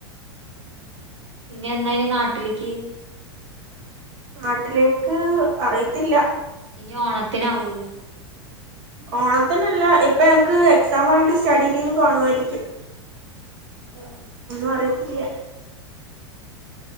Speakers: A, on the right; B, on the right.
A: പിന്ന പിന്ന എന്താന്ന നാട്ടിലേക്ക്
B: നാട്ടിലേക്ക് അറിയത്തില്ല
A: ഇനി ഓണത്തിന് ആവൂല്ലേ
B: ഓണത്തിനല്ല ഇപ്പൊ ഞങ്ങക്ക് എക്സാം ആയതുകൊണ്ട് സ്റ്റഡി ലീവ് ആയിരിക്കും
A: ആഹ
B: ഒന്നും അറിയത്തില്ല